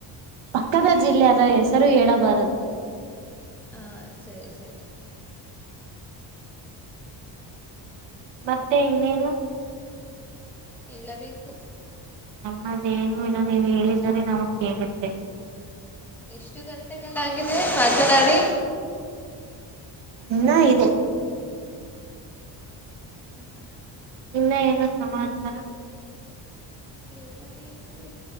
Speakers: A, on the right (about 75°); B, in the centre.
A: ಪಕ್ಕದ ಜಿಲ್ಲೆ ಅದ ಹೆಸರು ಹೇಳಬಾರದು
B: ಹಾ ಸರಿ ಸರಿ
A: ಮತ್ತೆ ಇನ್ನೇನು
B: ಹೇಳಬೇಕು
A: ನಮ್ಮದೇನು ಇಲ್ಲ ನೀವು ಹೇಳಿದರೆ ನಾ ಕೇಳುತ್ತೆ
B: ಎಷ್ಟ ಎಷ್ಟು ಗಂಟೆಗಳಾಗಿದೆ ಮಾತನಾಡಿ
A: ಇನ್ನ ಇದೆ
B: ಹ್ಮ್ ಹ್ಮ್
A: ಇನ್ನ ಏನು ಸಮಾಚಾರ
B: ಹೇಳಬೇಕು